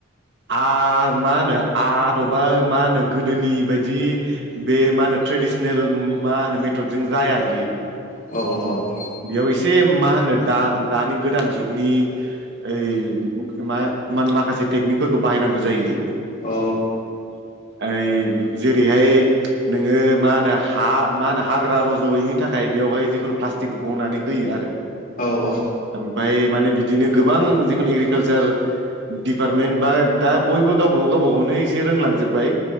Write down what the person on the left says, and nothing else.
अ अ
औ
औ औ